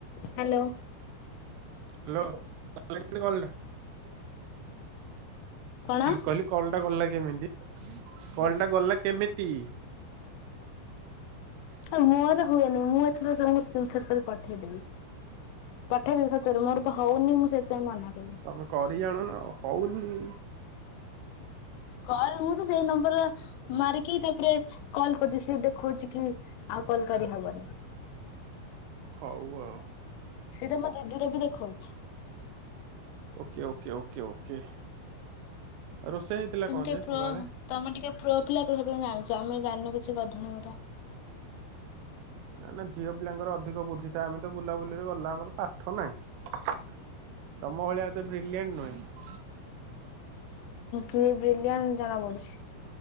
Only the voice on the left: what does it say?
Hello.
କଣ?
ଆରେ ମୋର ହୁଏନି ମୁଁ ଏଥିରେ ତମକୁ ସ୍କିନ୍ ସଟ୍ କରି ପଠେଇଦେବି। ପଠେଇ ଦେବି ସତରେ ମୋର ତ ହଉ ନି ମୁଁ ସେଥିପାଇଁ ମନା କଲି।
କର ମୁଁ ତ ସେଇ ନମ୍ବର ମାରିକି ତାପରେ କଲ କରୁଛି ସିଏ ଦେଖଉଛି କି ଆଉ କଲ କରିହବନି।
ସେଇଟା ମୋ ଦିଦିର ବି ଦେଖଉଛି।
ତମେ
ଟିକେ ପ୍ରୋ
ତମେ ଟିକେ ପ୍ରୋ ପିଲା ତ ସେଥିପାଇଁ ଜାଣିଛ ଆମେ ଜାଣିନୁ କିଛି ଗଧୁଣିଗୁରା
କିଏ ବ୍ରିଲିୟାନ ଜଣା ପଡୁଛି।